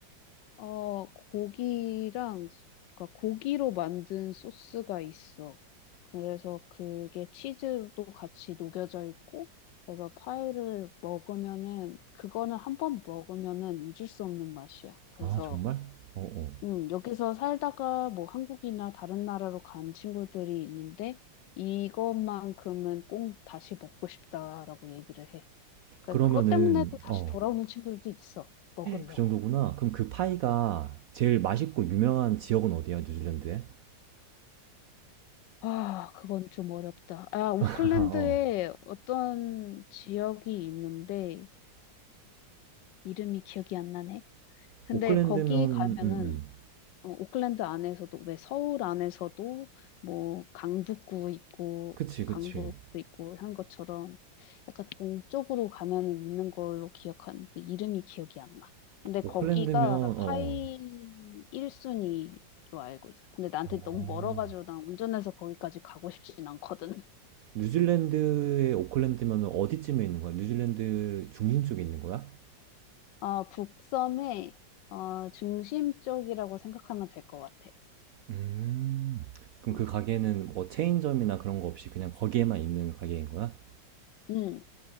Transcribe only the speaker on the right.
아, 정말? 어, 어.
그러면은
어,
그 정도구나. 그럼 그 파이가 제일 맛있고 유명한 지역은 어디야, 뉴질랜드에?
<laughs> 어.
오클랜드면
음, 음.
그치
그치
오클랜드면
어,
어.
뉴질랜드의 오클랜드면 어디쯤에 있는 거야? 뉴질랜드 중심 쪽에 있는 거야?
음. 그럼
그 가게는 뭐 체인점이나 그런 거 없이 그냥 거기에만 있는 가게인 거야?